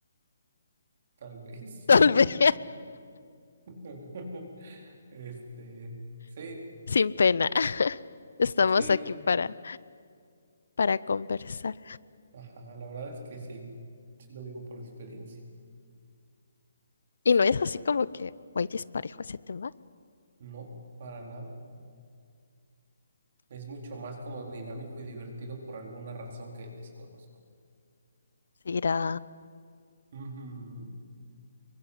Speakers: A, on the right (about 40°); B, on the left (about 80°).
A: Tal vez.
B: <laughs> Tal vez,
A: <laughs> Este, sí,
B: sin pena. Estamos
A: sí.
B: aquí para, para conversar.
A: Ajá, la verdad es que sí. Sí lo digo por experiencia.
B: Y no es así como que voy disparejo ese tema.
A: No, para nada. Es mucho más como dinámico y divertido por alguna razón que desconozco.
B: Seguirá.
A: Ujú.